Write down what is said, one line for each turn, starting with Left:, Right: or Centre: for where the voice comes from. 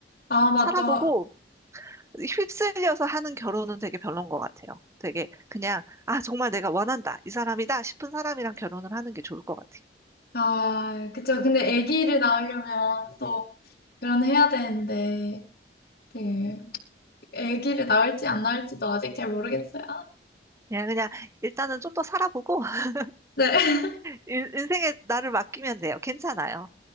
Left: 아 맞죠.
Right: 살아보고 휩쓸려서 하는 결혼은 되게 별론 것 같아요. 되게 그냥, 아, 정말 내가 원한다. 이 사람이다 싶은 사람이랑 결혼을 하는 게 좋을 것 같아요.
Left: 아 그쵸. 근데 아기를 낳으려면 또 결혼해야 되는데 되게 아기를 낳을지 안 낳을지도 아직 잘 모르겠어요.
Right: 그냥, 그냥 일단은 좀 더 살아보고 <laughs>
Left: 네.
Right: 인- 인생에 나를 맡기면 돼요. 괜찮아요.